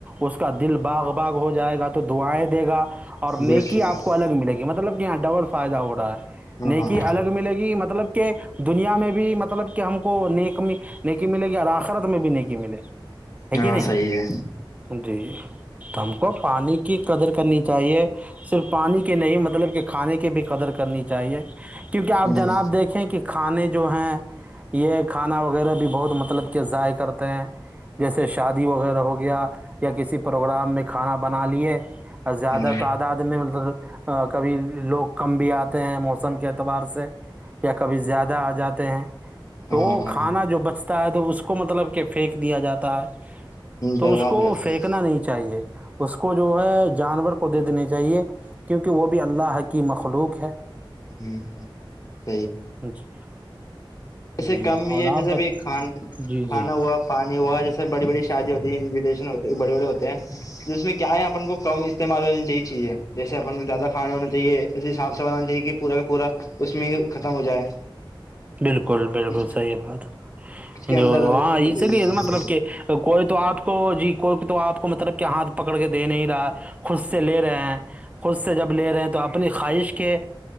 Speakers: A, on the right (about 15°); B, on the left (about 40°).
A: اس کا دل باغ باغ ہو جائے گا تو دعائیں دے گا اور
B: بس
A: نیکی آپ کو الگ ملے گی مطلب کہ یہاں ڈبل فائدہ ہو رہا ہے
B: ہاں
A: نیکی الگ ملے گی مطلب کہ دنیا میں بھی مطلب کہ ہم کو نیک نہیںی ملے گی اور آخرت میں بھی نہیںی ملے گی ہے
B: ہاں
A: کہ نہیں
B: صی ہے
A: جی تو ہم کو پانی کی قدر کرنی چاہیے صرف پانی کے نہیں مطلب کہ کھانے کی بھی قدر کرنی چاہیے کیونکہ آپ
B: ہ
A: جناب دیکھیں کہ کھانے جو ہیں یہ کھانا وغیرہ بھی بہت مطلب کے ضائع کرتے ہیں جیسے شادی وغیرہ ہو گیا یا کسی پروگرام میں کھانا بنا لیے اور زیادہ
B: ہ
A: تعداد میں مطلب کبھی لوگ کم بھی آتے ہیں موسم کے اعتبار سے یا کبھی زیادہ آ جاتے ہیں تو
B: ہاں ہاں
A: کھانا جو بچ تا ہے تو اس کو مطلب کہ پھینک دیا جاتا ہے تو
B: برباد
A: اس
B: ہو
A: کو
B: جاتا
A: پھینکنا
B: ہے
A: نہیں چاہیے اس کو جو ہے جانور کو دے دنے چاہیے کیونکہ وہ بھی اللہ کی مخلوق ہے
B: ہوں ہ سی
A: سی جی
B: جسے
A: جی
B: کم یہ
A: اور آپ
B: جیسےب
A: بت
B: کھان
A: جی
B: کھانا
A: جی
B: ہوا پانی ہوا جیسے بڑی بڑی شادی ہوتی ہے انوٹییشن ہوتی بڑے بڑے ہوتے ہیں تو اس میں کیا ہے اپن کو کم استعمال ہونی چاہیے چیزیں جیسے اپن کو زیادہ کھانے ہونا چاہیے اسس حساب سے بنا چاہیے کہ پورا کا پورا اس میں ہی ختم ہو جائے
A: بالکل بالکل
B: اس
A: صحیح بات
B: کے
A: جو
B: اندر اندر
A: ہاں اس
B: انسان
A: لیے مطلب کہ کوئی تو آپ کو جی کوئی تو آپ کو مطلب کہ ہاتھ پکڑ کے دے نہیں رہا خود سے لے رہے ہیں خود سے جب لے رہے ہیں تو آپ اپنی خواہش کے